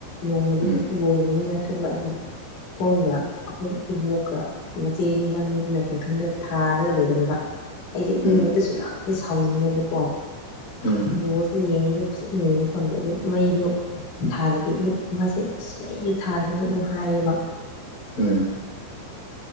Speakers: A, on the left; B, on the left.
A: ꯅꯣꯡꯃꯗꯤ
B: ꯎꯝ
A: ꯕꯣꯜ <unintelligible> ꯊꯣꯛꯂꯛꯑꯒ <unintelligible> ꯑꯩꯈꯣꯏ ꯎꯕꯣꯛꯀ ꯃꯆꯦ ꯃꯕꯥꯅꯤꯗꯨꯅ ꯀꯥꯡꯈꯟꯗ ꯊꯥꯔꯒ ꯂꯩꯔꯝꯕ ꯑꯩꯁꯦ ꯑꯗꯨ
B: ꯎꯝ
A: ꯅꯨꯃꯤꯠꯇꯁꯨ ꯌꯥꯝꯗꯤ ꯁꯥꯎꯅꯤꯡꯉꯦꯕꯀꯣ
B: ꯎꯝ
A: ꯕꯣꯁꯦ ꯌꯦꯡꯕ ꯑꯗꯨ ꯐꯖꯅ ꯌꯦꯡꯕ ꯐꯪꯗꯦ ꯑꯗꯨꯝ ꯃꯩꯗꯣ ꯊꯥꯗꯗꯤ ꯑꯃꯨꯛ ꯃꯥꯁꯦ ꯑꯁ ꯃꯩꯒ ꯊꯥꯟꯒꯅꯨ ꯑꯃꯨꯛ ꯍꯥꯏꯌꯦꯕ
B: ꯎꯝ